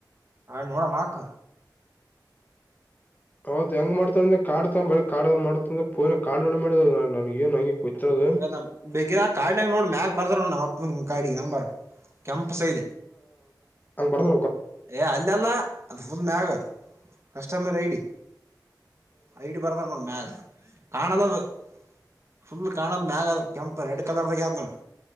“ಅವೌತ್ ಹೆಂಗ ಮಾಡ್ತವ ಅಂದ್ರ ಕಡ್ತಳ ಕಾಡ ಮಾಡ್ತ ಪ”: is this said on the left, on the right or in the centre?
Left